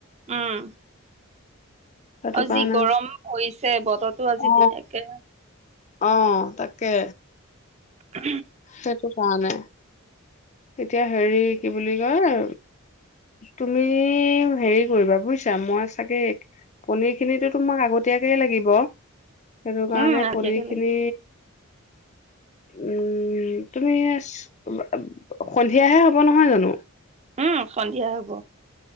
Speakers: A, on the right (about 30°); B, on the left (about 35°).
A: উম,
B: সেইটো
A: আৰু
B: কাৰণে
A: যি গৰম হৈছে বতৰো আজি
B: অ
A: একে
B: অ তাকে
A: উ
B: সেইটো কাৰণে এতিয়া হেৰি কি বুলি কয় তুমি হেৰি কৰিবা বুজিছা মই চাগে পনিৰ খিনিো তোমাক আগতীয়াকে লাগিব সেইটো কাৰণে
A: উম, ৰাতিয়কে
B: পঢি খিনি
A: লাগি
B: উম তুমি সন্ধিয়াহে হব নহয় জানো
A: উম সন্ধিয়া হ'ব